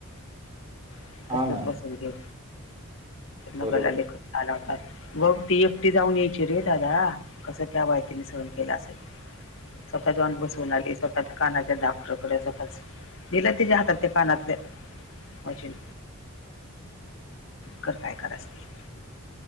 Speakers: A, on the left (about 60°); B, on the right (about 25°).
A: <inaudible>
B: हा
A: तसलच
B: ना
A: बसून घे
B: बरोबर
A: नगरला ले खर्च आला होतात बघ ती एकटी जाऊन यायची रे दादा कसं त्या बायतीने सहन केला असेल स्वतःत जाऊन बसून आले स्वतः कानाच्या दा <unintelligible> कच दिलं तिच्या हातात त्या कानातल्या मशीन कर काय करायच ते <inaudible>